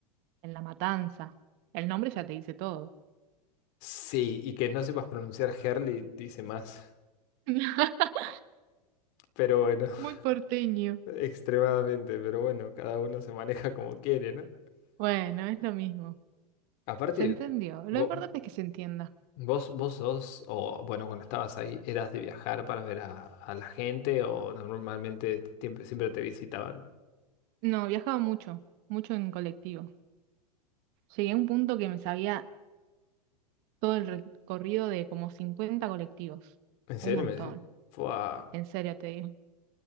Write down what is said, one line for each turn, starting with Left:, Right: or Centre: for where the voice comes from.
Right: en La Matanza. El nombre ya te dice todo.
Left: Sí, y que no sepas pronunciar Herli dice más.
Right: <laughs>
Left: Pero bueno, <laughs>
Right: Muy porteño.
Left: extremadamente, pero bueno, cada uno se maneja como quiere, ¿no?
Right: Bueno, es lo mismo.
Left: Aparte,
Right: Se entendió. Lo
Left: vo-
Right: importante es que se entienda.
Left: vos, vos sos, o bueno, cuando estabas ahí, ¿eras de viajar para ver a, a la gente o normalmente tiemp- siempre te visitaban?
Right: No, viajaba mucho, mucho en colectivo. Llegué a un punto que me sabía todo el recorrido de como 50 colectivos.
Left: ¿En serio
Right: Un montón,
Left: me decís? Fua.
Right: en serio te digo.